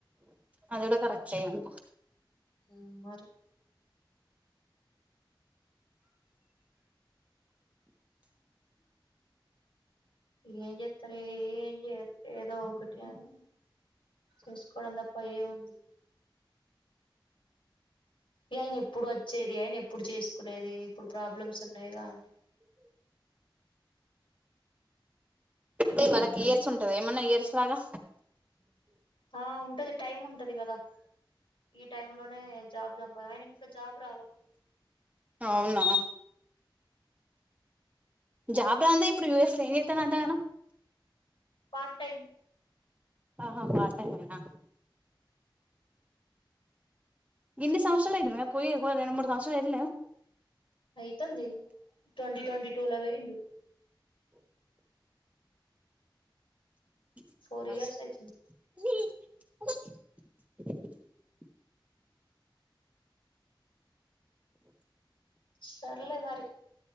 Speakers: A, on the right; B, on the left.
A: అది గుడా కరక్టే అనుకో
B: ఉమ్ మరి ఏం చేత్తరు ఏం చేయరు ఏదో ఒకటి అని చేసుకోవడం తప్ప ఏం వుంది ఈ అయినే ఇప్పు ఇప్పుడు వచ్చేది అయన ఎప్పుడు చేసుకునేది ఇప్పుడు ప్రాబ్లమ్స్ ఉన్నాయిగా అన్నీ
A: అదే మనకి ఇయర్స్ ఉంటద ఏమన్నా ఇయర్స్ పాదా
B: ఆ ఉంటది టైం ఉంటది కదా ఈ టైమ్ లోనే జాబ్ చంపా ఆయనకి ఇంకా జాబ్ రాలా
A: అవునా జాబ్ రాందే ఇప్పుడు యుఎస్ లో ఏం చేతనవ్ అంతగనం
B: పంపేయ్
A: ఆహా పార్ట్ టైమేనా గిన్ని సంవత్సరాలైతుందిగా పోయి రెండు మూడు సంవత్సరాల్ అయితలేద
B: అయితంది ట్వంటీ ట్వంటీ టుల పోయిండు
A: మీ
B: ఫోర్ ఇయర్స్ అయితుంది సర్లే మరి